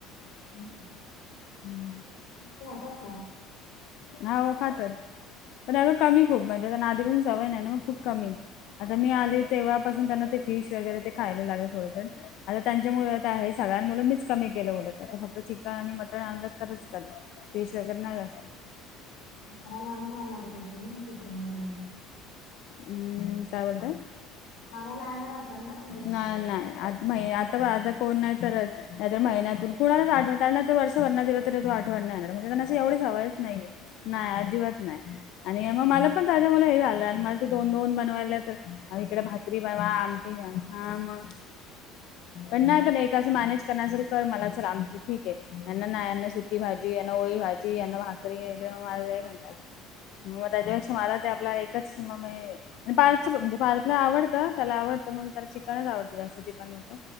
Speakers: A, on the left; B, on the left.
A: <unintelligible>
B: <unintelligible>
A: खातात का,
B: अहो खातात पण अग कमी खूप म्हणजे त्यांना आधीपासून सवय नाही ना मग खूप कमी, आता मी आली तेव्हापासून त्यांना ते फिश वगैरे ते खायला लागले थोडं थं आता त्यांच्यामुळं आहे सगळ्यांमुळं मीच कमी केलं उलट आता फक्त चिकन आणि मट टण आणलं तरच कधी फीश वगैरे नाही जास्त.
A: <inaudible> का लागता असलं ना शुक्रवार आहे..
B: हम्म.. काय बोलतय?
A: मारायला आणत असाल ना म्हणजे
B: नाही नाही आ आता आता कोण नाही तरच नाही महिन्यान कुणाला आठव वर्ष भरना दिलं तरी तो आठवण येणार एवढेच सवयच नाही नाही अजिबात नाही आणि मग मला पण त्याच्यामुळे हे झालं आणि मला ते दोन दोन बनवायल्या तर आणि इकडे भाकरी बनवा आमटी द्या पण नाही पण एकाचं मॅनेज करण्या असल कर मलाच आंटी चल ठीक आहे तर यांना सुट्टी - की भाजी ओळी भाजी यां भाकरी वगरे म मारला घणात मग त्याच्यापेक्षा मला ते आपला एकच स पार्च म्हणजे पार्ला आवडतं त्याला आवडत मग म त्याला चिकनच आवडत जास्त चिकन मटन